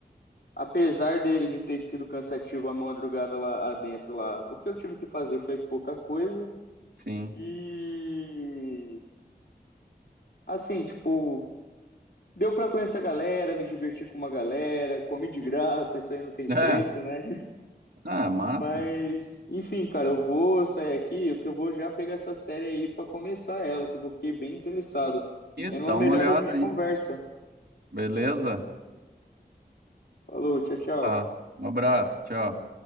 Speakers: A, on the left; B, on the right.
A: apesar de, de ter sido cansativo a madrugada lá dentro lá, o que eu tive que fazer foi pouca coisa.
B: Sim.
A: E assim, tipo, deu para conhecer a galera, me divertir com uma galera, comi de graça, isso aí não tem
B: <laughs>
A: preço,
B: É.
A: né?
B: Ah, massa.
A: Mas, enfim, cara, eu vou sair aqui, que eu vou já pegar essa série aí pra começar ela, que eu fiquei bem interessado.
B: Isso,
A: E é numa
B: dá
A: melhor
B: uma olhada
A: a gente
B: aí.
A: conversa.
B: Beleza?
A: Falou, tchau, tchau.
B: Tá. Um abraço, tchau.